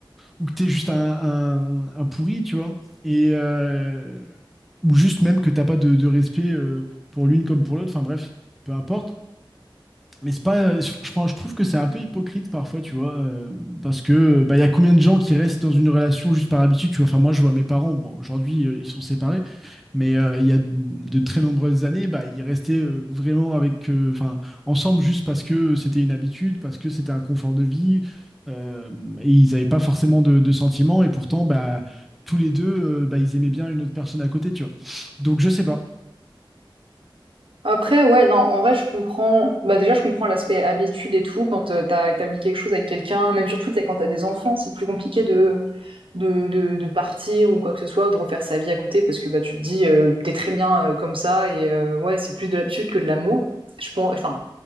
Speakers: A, in the centre; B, on the right.
A: ou que t'es juste un, un, un pourri, tu vois. Et, euh, ou juste même que t'as pas de, de respect euh, pour l'une comme pour l'autre, enfin bref, peu importe. Mais c'est pas, euh, je, je prends- je trouve que c'est un peu hypocrite parfois, tu vois, euh, parce que euh, bah, il y a combien de gens qui restent dans une relation juste par habitude, tu vois. Enfin, moi, je vois mes parents, bon, aujourd'hui, euh, ils sont séparés, mais euh, il y a de, de très nombreuses années, bah, ils restaient euh, vraiment avec, euh, enfin, ensemble juste parce que c'était une habitude, parce que c'était un confort de vie, euh, et ils n'avaient pas forcément de, de sentiments, et pourtant, bah, tous les deux, euh, bah, ils aimaient bien une autre personne à côté, tu vois. Donc, je sais pas.
B: Après, ouais, non, en vrai, je comprends. Bah, déjà, je comprends l'aspect habitude et tout. Quand euh, t'as établi quelque chose avec quelqu'un, même surtout, t'sais, quand t'as des enfants, c'est plus compliqué de, de, de, de partir ou quoi que ce soit, ou de refaire sa vie à côté, parce que bah, tu te dis, euh, t'es très bien euh, comme ça, et euh, ouais, c'est plus de l'habitude que de l'amour. Je pense, enfin,